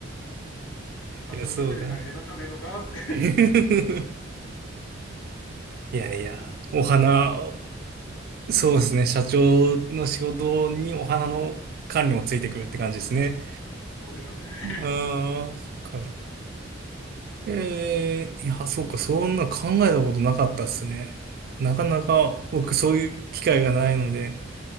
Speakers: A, on the left; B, on the right.
A: 社長職員で大変なんじゃねえのかって、
B: いや、そうだ。<laughs> いやいや、お花、そうですね。社長の仕事にお花の管理もついてくるって感じですね。
A: そうですね。<laughs>
B: ああ、そっか。ええいや、そうか、そんな考えたことなかったっすね。なかなか僕そういう機会がないので。